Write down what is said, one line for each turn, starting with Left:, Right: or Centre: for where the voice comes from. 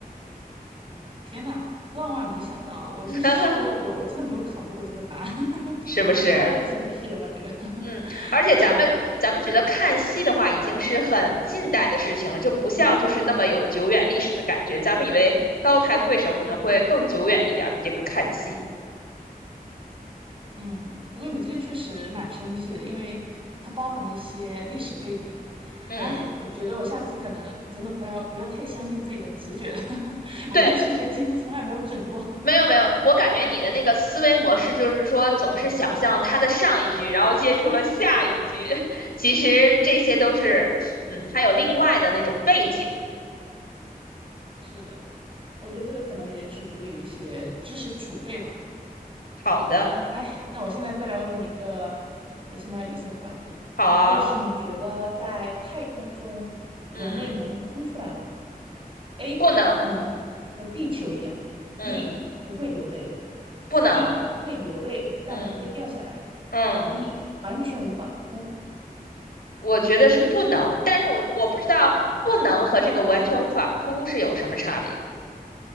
Right: 天呐，万万没想到啊！我就是我，
Left: <laughs>
Right: 我真的没有考虑过这个答案，<laughs>
Left: 是不是？
Right: 太生僻了吧？这个，<laughs>
Left: 嗯，而且咱们咱们觉得看戏的话，
Right: 对呀、
Left: 已经是很近代的事情了，就不像就是那么有久远历史的感觉。咱们以为高抬贵手可能会更久远一点儿，比这个看戏。
Right: 嗯，不过你这个确实蛮生僻的，因为它包含了一些历史背景。
Left: 嗯，
Right: 哎，我觉得我下次可能真的不要不要太相信自己的直觉了，<laughs> 我的直觉几乎从来没有准过。
Left: 对，
Right: <laughs>
Left: 没有没有，我感觉你的那个思维模式就是说，总是想象他的上一句，然后接触了下一句。<laughs> 其实这些都是，嗯，还有另外的那种背景。
Right: 是的，我觉得这个可能也取决于一些知识储备吧。
Left: 好的，
Right: 哎，那我现在再来问你一个也是蛮有意思的话题，
Left: 好啊，
Right: 就是你觉得在太空中人类能哭出来吗？
Left: 嗯，
Right: A
Left: 不能，
Right: 能和地球一样，B
Left: 嗯，
Right: 不会流泪，C
Left: 不能，
Right: 会流泪但不会掉下来
Left: 嗯嗯，
Right: ，D 完全无法哭。
Left: 我觉得是不能，但是我我不知道不能和这个完全无法哭是有什么差别。